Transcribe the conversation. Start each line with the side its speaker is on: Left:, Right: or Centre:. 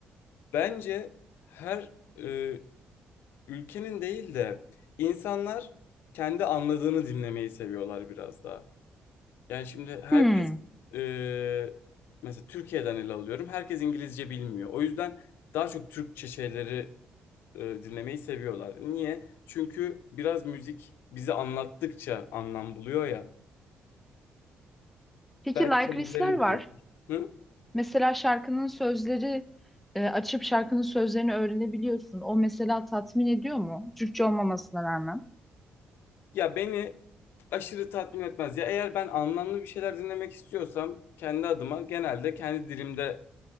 Left: Bence her e, ülkenin değil de insanlar kendi anladığını dinlemeyi seviyorlar biraz daha. Yani şimdi herkes
Centre: Hmm.
Left: e, mesela Türkiye'den ele alıyorum. Herkes İngilizce bilmiyor. O yüzden daha çok Türkçe şeyleri e, dinlemeyi seviyorlar. Niye? Çünkü biraz müzik bizi anlattıkça anlam buluyor ya.
Centre: Peki
Left: Belki
Centre: like
Left: kendilerini
Centre: listler
Left: buluyor.
Centre: var.
Left: Hı?
Centre: Mesela şarkının sözleri e, açıp şarkının sözlerini öğrenebiliyorsun. O mesela tatmin ediyor mu? Türkçe olmamasına rağmen.
Left: Ya beni aşırı tatmin etmez. Ya eğer ben anlamlı bir şeyler dinlemek istiyorsam kendi adıma genelde kendi dilimde